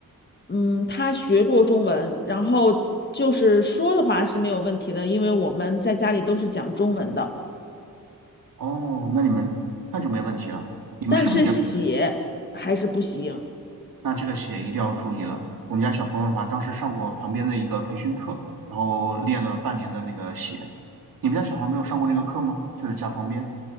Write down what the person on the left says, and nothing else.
嗯，他学过中文，然后就是说的话是没有问题的，因为我们在家里都是讲中文的，
但是写还是不行。